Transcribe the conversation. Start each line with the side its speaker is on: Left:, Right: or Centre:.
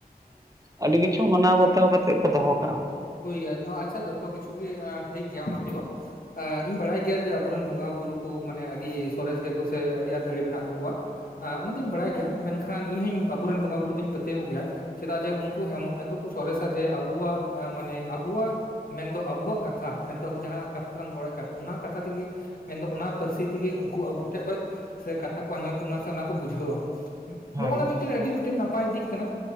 Right: ᱟᱹᱰᱤ ᱠᱤᱪᱷᱩ ᱢᱟᱱᱟᱣ ᱵᱟᱛᱟᱣ ᱠᱟᱛᱮᱫ ᱠᱚ ᱫᱚᱦᱚ ᱠᱟᱜᱼᱟ᱾
Left: ᱦᱩᱭ ᱜᱮᱭᱟ ᱟᱪᱪᱷᱟ ᱡᱚᱛᱚ ᱠᱤᱪᱷᱩ ᱜᱮ ᱴᱷᱤᱠ ᱜᱮᱭᱟ ᱚᱱᱟ ᱠᱚᱫᱚ᱾ ᱤᱧ ᱵᱟᱲᱟᱭ ᱜᱮᱭᱟ ᱡᱮ ᱟᱵᱚᱨᱮᱱ ᱵᱚᱸᱜᱟ ᱵᱩᱨᱩ ᱠᱚ ᱢᱟᱱᱮ ᱟᱹᱰᱤ ᱥᱚᱨᱮᱥ ᱜᱮᱭᱟ ᱠᱚ ᱥᱮ ᱟᱹᱰᱤ ᱟᱸᱴ ᱫᱟᱲᱮ ᱢᱮᱱᱟᱜ ᱛᱟᱠᱚᱣᱟ ᱾ ᱚᱱᱟ ᱫᱩᱧ ᱵᱟᱲᱟᱭ ᱜᱮᱭᱟ ᱢᱮᱱᱠᱷᱟᱱ ᱤᱧ ᱦᱚᱧ ᱟᱵᱚᱨᱮᱱ ᱵᱚᱸᱜᱟ ᱵᱩᱨᱩ ᱫᱩᱧ ᱯᱟᱹᱛᱭᱟᱹ ᱟᱠᱚ ᱜᱮᱭᱟ ᱾ ᱪᱮᱫᱟᱜ ᱡᱮ ᱩᱱᱠᱩ ᱮᱢᱚ ᱮᱛᱚ ᱠᱚ ᱥᱚᱨᱮᱥᱟ ᱡᱮ ᱟᱵᱩᱣᱟᱜ ᱢᱟᱱᱮ ᱟᱵᱚᱣᱟᱜ ᱢᱮᱱᱫᱚ ᱟᱵᱚᱣᱟᱜ ᱠᱟᱛᱷᱟ ᱢᱮᱱᱫᱚ ᱟᱵᱚ ᱡᱟᱦᱟᱸ ᱠᱟᱛᱷᱟ ᱛᱮᱞᱟᱝ ᱨᱚᱲᱮᱫ ᱠᱟᱱᱟ ᱚᱱᱟ ᱠᱟᱛᱷᱟ ᱛᱮᱜᱮ ᱢᱮᱱᱫᱚ ᱚᱱᱟ ᱯᱟᱹᱨᱥᱤ ᱛᱮᱜᱮ ᱩᱱᱠᱩ ᱟᱵᱚ ᱴᱷᱮᱜ ᱠᱷᱚᱪ ᱥᱮ ᱠᱟᱛᱷᱟ ᱠᱚ ᱟᱸᱡᱚᱢ ᱛᱟᱢᱟ ᱥᱮ ᱚᱱᱟ ᱠᱚ ᱵᱩᱡᱷᱟᱹᱣᱟ᱾
Right: ᱦᱳᱭ
Left: ᱱᱚᱜᱚᱱᱟ ᱢᱤᱫᱴᱮᱱ ᱟᱹᱰᱤ ᱢᱤᱫᱴᱮᱱ ᱱᱟ ᱯᱟᱭ ᱫᱤᱠ ᱠᱟᱱᱟ,